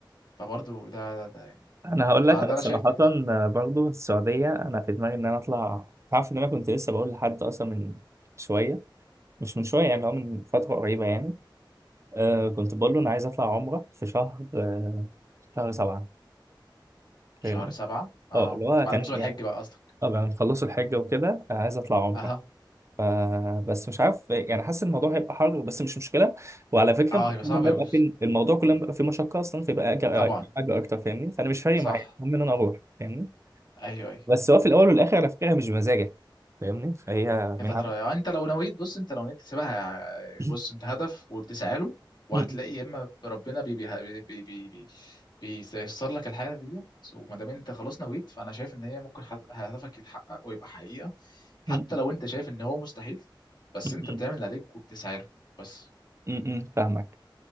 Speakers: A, on the left; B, on the right.
A: فبرضو ده ده, ده يعني
B: انا هقول
A: فده
B: لك انا
A: انا
B: صراحة
A: شايف بالنسبه
B: آه، برضو السعودية انا في دماغي ان انا اطلع تعرف ان انا كنت لسه بقول لحد اصلا من شوية مش من شوية يعني هو من فترة قريبة يعني آه كنت بقول له انا عايز اطلع عمرة في شهر آه شهر سبعة
A: شهر
B: فاهمني
A: سبعة اه
B: اه اللي هو
A: بعد
B: كان
A: موسم الحج
B: يعني
A: بقى قصدك
B: طبعا نخلصوا الحج وكده آه، عايز اطلع عمرة
A: اها
B: ف- بس مش عارف يعني حاسس الموضوع هيبقى حر بس مش مشكله وعلى فكره
A: اه
B: انت كل
A: يبقى
B: لما
A: صعب اوي
B: يبقى في الموضوع كل لما يبقى في مشقه اصلا فيبقى اجر
A: طبعا
B: اجر اكتر فاهمني فانا مش فارق
A: صح
B: معايا المهم ان انا اروح فاهمني
A: ايوه ايوه
B: بس هو في الاول والاخر على فكره هي مش بمزاجك فاهمني فهي
A: هي
B: من
A: بتاعت
B: عند
A: الرأي. انت لو نويت بص انت لو نويت تسيبها
B: <clears throat>
A: بص انت هدف وبتسعى له
B: <coughs>
A: وهتلاقي
B: م-
A: يا اما ربنا بي بي بي بي بي بيسر لك الحاجه دي وما دام انت خلاص نويت فانا شايف ان هي ممكن حد- هدفك يتحقق ويبقى حقيقه حتى
B: م-
A: لو انت شايف ان هو مستحيل بس
B: م-
A: انت بتعمل اللي عليك وبتسعى له بس
B: م- م- فاهمك